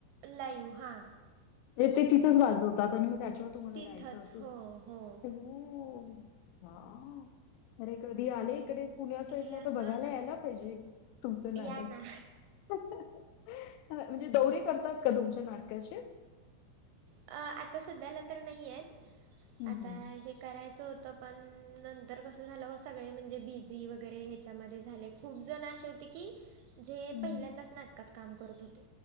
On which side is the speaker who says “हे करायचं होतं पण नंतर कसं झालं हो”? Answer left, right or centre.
Right